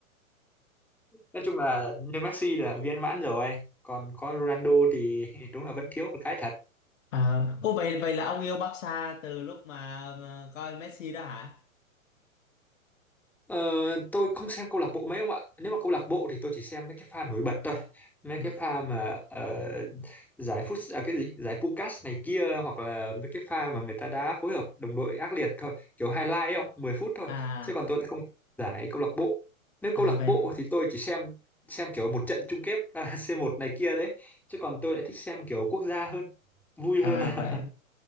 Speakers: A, in the centre; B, on the left.
A: nói chung là như Messi là viên mãn rồi còn có Ronaldo thì đúng là vẫn thiếu một cái thật
B: à, ô vậy vậy là ông yêu Barca từ lúc mà ờ, coi Messi đó hả
A: ờ, tôi không xem câu lạc bộ mấy ông ạ nếu mà câu lạc bộ thì tôi chỉ xem mấy cái pha nổi bật thôi mấy
B: ừ.
A: cái pha mà ờ, giải phút à, cái gì giải Pucas này kia hoặc là mấy cái pha mà người ta đá phối hợp đồng đội ác liệt thôi kiểu highlight ấy không 10 phút thôi
B: à
A: chứ còn tôi lại không giải câu lạc bộ nếu
B: à
A: câu lạc
B: vậy
A: bộ thì tôi chỉ xem xem kiểu một trận chung kết à, <laughs> C1 này kia đấy chứ còn tôi lại thích xem kiểu quốc gia hơn vui
B: à
A: hơn à.
B: vậy